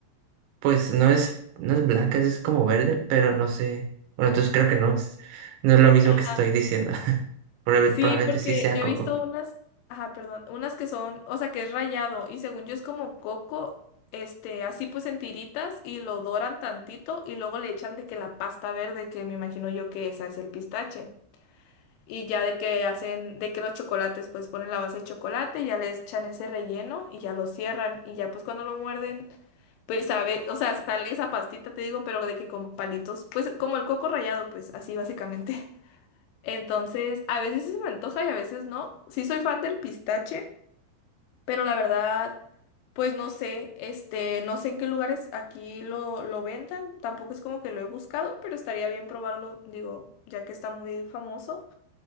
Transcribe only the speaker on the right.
Pues no es, no es blanca, es como verde, pero no sé. Bueno, entonces creo que no es, no es lo mismo
que estoy diciendo. <laughs> Proba-
Probablemente
sí sea
coco.